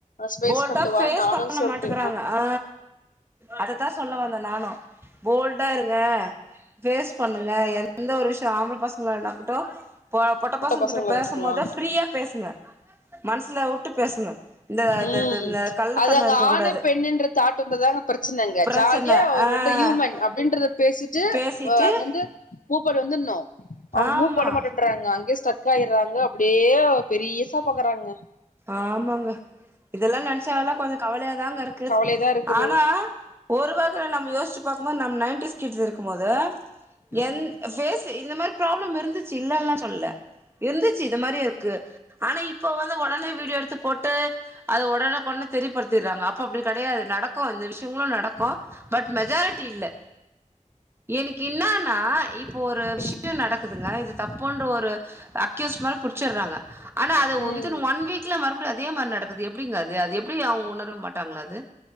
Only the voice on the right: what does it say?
போல்டா
பேஸ்
பண்ண
மாட்டங்கறாங்க ஆ அதத்தா சொல்ல வந்த நானு போல்டா இருங்க பேஸ் பண்ணுங்க எந்த ஒரு விஷ் ஆம்பள பசங்கள இருக்கட்டு பொ பொட்ட பசங்கிட்ட
பேசும்போது ப்ரீயா பேசுங்க மனசுல உட்டு பேசுங்க இந்த
த த இந்த கள்ளத்தனோ
இருக்க
கூடாது
பிரச்சன
ஆ
பேசிட்டு
ஆமா
ஆமாங்க இதெல்லா நெனச்சனால கொஞ்சோ கவலையாதாங்க இருக்கு
ஆனா ஒருவகைல நம்ம யோஸ்ச்சு பாக்கும் போது நம் நைன்ட்டிஸ் கிட்ஸ் இருக்கும் போது
என் ஃபேசு இந்த மாரி ப்ராப்ளம் இருந்து ச்சு இல்லன்ல்லா சொல்ல இருந்துச்சு இது மாரி இருக்கு ஆனா இப்ப வந்து ஒடனே வீடியோ எடுத்து போட்டு அது உடனேக்கு உடனே தெரியப்படுத்திறாங்க அப்ப அப்டி கெடையாது நடக்கு இந்த விஷயங்களு நடக்கு பட் மெஜாரிட்டி இல்ல எனக்கு இன்னான்னா இப் இப்போ ஒரு விஷயோ
நடக்குதுங்க இது தப்புன்ற ஒரு அக்யூஸ்ட் மாரி புடிச்சிறாங்க ஆனா அது
வித்தின் ஒன் வீக் ல மறுபடியு அதே மாரி நடக்குது எப்டிங்க அது அது எப்டி அவங்க உணர மாட்டாங்களா அது